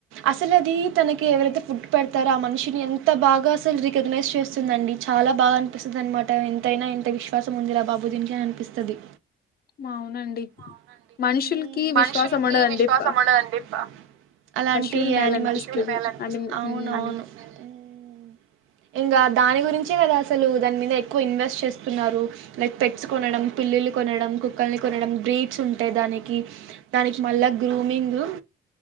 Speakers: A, on the right; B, on the left.
A: అసలు అది తనకి ఎవరైతే ఫుడ్ పెడతారో ఆ మనిషిని ఎంత బాగా అసలు రికగ్నైజ్ చేస్తుందండి చాలా బాగ అనిపిస్తుందన్మాట ఎంతైనా ఇంత విశ్వాసం ఉందిరా బాబు దీనికి అనిపిస్తది
B: మవునండి
A: అవునండి.
B: మనుషుల్కీ
A: హ్మ్. మనుషులకి
B: విశ్వాసం ఉండదండి
A: విశ్వాసం
B: ప
A: ఉండదండి. ప అలాంటి
B: పశువులు మేలు
A: యానిమల్స్
B: అనిపిస్తది
A: కి
B: అని
A: అవునవును
B: ఉమ్
A: హ్మ్ ఇంగా దాని గురించే కదా అసలూ దాని మీద ఎక్కువ ఇన్వెస్ట్ చేస్తున్నారు లైక్ పెట్స్ కొనడం పిల్లిల్లు కొనడం కుక్కల్ని కొనడం బ్రీడ్స్ ఉంటయి దానికీ దానికి మళ్ళా గ్రూమింగ్